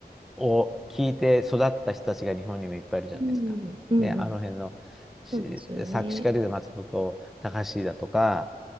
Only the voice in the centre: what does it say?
を聞いて育った人たちが日本にもいっぱいいるじゃないですか。
ね、あの辺のし作詞家で言うと松本隆だとか、